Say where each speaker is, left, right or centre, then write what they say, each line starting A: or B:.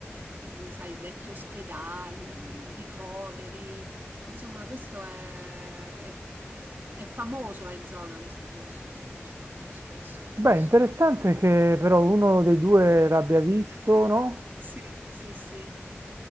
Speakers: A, on the right; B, on the right.
A: E quindi, sai, vecchi ospedali, ricoveri. Insomma, questo è, è- è famoso eh, in zona questo posto, ci vanno spesso le
B: Beh,
A: persone.
B: interessante che però uno dei due l'abbia visto, no?
A: Sì, sì, sì.